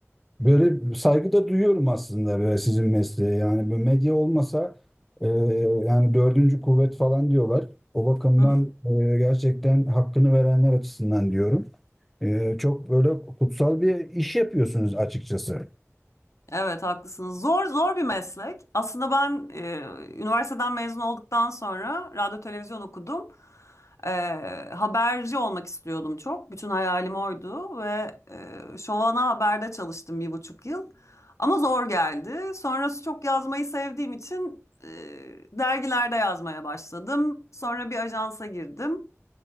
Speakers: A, in the centre; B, on the left.
A: böyle saygı da duyuyorum aslında böyle sizin mesleğe. Yani bu medya olmasa e, yani dördüncü kuvvet falan diyorlar. O bakımdan
B: hı.
A: e, gerçekten hakkını verenler açısından diyorum. E, çok böyle kutsal bir iş yapıyorsunuz açıkçası.
B: Evet haklısınız. Zor zor bir meslek. Aslında ben e, üniversiteden mezun olduktan sonra radyo televizyon okudum. E, haberci olmak istiyordum çok. Bütün hayalim oydu ve e, Şovana Haber'de çalıştım bir buçuk yıl. Ama zor geldi. Sonrası çok yazmayı sevdiğim için e, dergilerde yazmaya başladım. Sonra bir ajansa girdim.